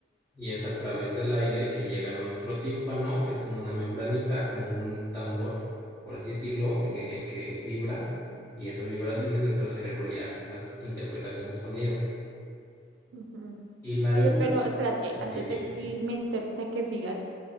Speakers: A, on the left (about 15°); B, on the right (about 85°).
A: Y es a través del aire que llega a nuestro tímpano, que es como una membranita, como un tambor, por así decirlo, que, que vibra. Y esas vibraciones
B: sí,
A: nuestro cerebro ya las interpreta como sonido.
B: Ujú.
A: Y la
B: Oye,
A: luz,
B: pero espérate, antes
A: sí, dime.
B: de que me inter- de que sigas,